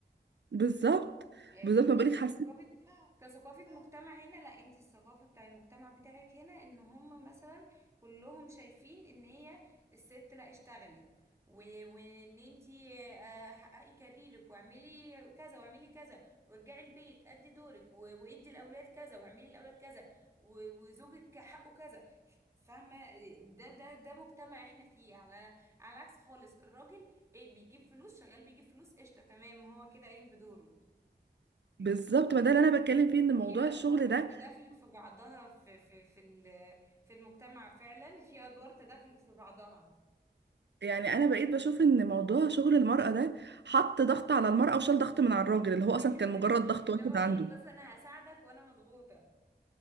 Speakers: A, on the right; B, on the right.
A: بالظبط
B: آه،
A: بالظبط
B: انت
A: ما بقولك حسيت
B: كثقافة كثقافة مجتمع هنا لا انت الثقافة بتاع المجتمع بتاعك هنا ان هم مثلا كلهم شايفين ان هي الست لا اشتغلي و- وان انت آه، حققي كاريرك واعملي كذا واعملي كذا وارجعي البيت ادي دورك و- وادي الاولاد كذا واعملي الاولاد كذا و- وزوجك حقه كذا فاهمة ده ده ده مجتمع احنا فيه على على العكس خالص الراجل ايه بيجيب فلوس شغال بيجيب فلوس قشطة تمام هو كده قايم بدوره
A: بالظبط ما ده اللي أنا بتكلم فيه إن موضوع
B: في ادوار
A: الشغل ده
B: تداخلت في بعضها في في في ال- في المجتمع فعلا في ادوار تداخلت في بعضها
A: يعني انا بقيت بشوف ان موضوع شغل المرأة ده حط ضغط على المرأة وشال ضغط من على الراجل اللي هو
B: <laughs>
A: اصلا كان مجرد ضغط
B: اللي
A: واحد
B: هو ايه
A: عنده
B: بص انا هساعدك وانا مضغوطة